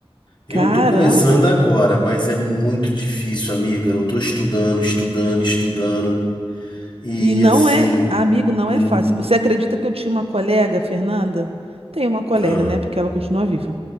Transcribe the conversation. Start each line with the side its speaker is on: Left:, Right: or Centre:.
Left: Eu
Right: Caramba!
Left: tô começando agora, mas é muito difícil, amiga. Eu tô estudando, estudando, estudando. E
Right: E não
Left: assim,
Right: é, amigo, não
Left: hum,
Right: é fácil. Você acredita que eu tinha uma colega, Fernanda? Tem uma colega,
Left: ah,
Right: né? Porque ela continua viva.